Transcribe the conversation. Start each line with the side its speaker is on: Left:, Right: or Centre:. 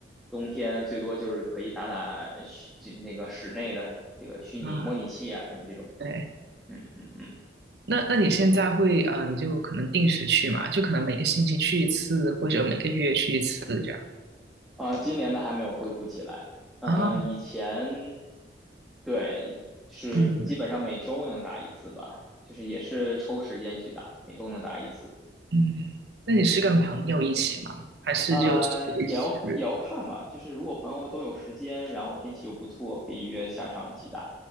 Centre: 冬天最多就是可以打打虚这那个室内的这个虚拟模拟器啊什么这种。
Right: 啊，对。
Centre: 嗯嗯嗯。
Right: 那那你现在会嗯，就可能定时去嘛？就可能每个星期去一次，或者每个月去一次这样
Centre: 啊，今年的还没有恢复起来。嗯、
Right: 啊。
Centre: 以前对是基本上每周能打一次吧，
Right: 嗯
Centre: 就是也是抽时间去打，每周能打一次。
Right: 嗯，那你是跟朋友一起吗？还是就随时？
Centre: 呃，也要也要看吧，就是如果朋友都有时间，然后天气又不错，可以约下场一起打。